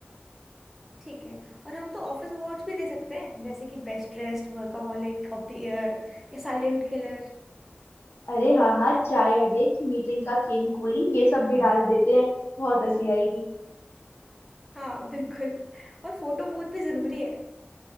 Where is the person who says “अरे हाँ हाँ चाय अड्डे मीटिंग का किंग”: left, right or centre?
Left